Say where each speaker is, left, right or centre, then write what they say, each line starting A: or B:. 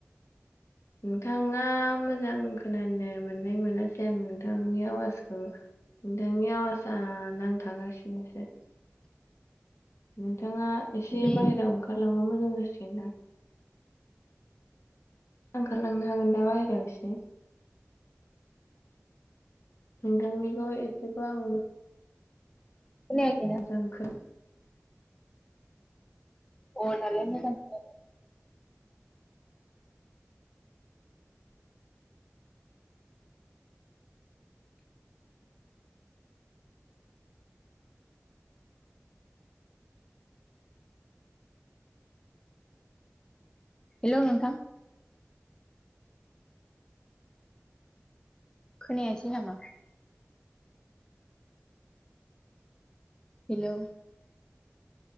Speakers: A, on the left; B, on the left.
A: नोंथाङा मोजां खोनानो मोननाय मोनासै आं नोंथांनि आवाजखो नोंथांनि आवाजा नांथागासिनोसो। नोंथाङा एसे
B: बे
A: बायेरायाव ओंखारलांबा मोजां जासिगोनदां। ओंखारलांनो हागोन दा बायेराव इसे? नोंथांनिखौ एसेबो आं
B: खोनायाखैना
A: मोजां
B: अ दालाय मोजां खोनाबाय। हेल' नोंथां। खोनायासै नामा? हेल'।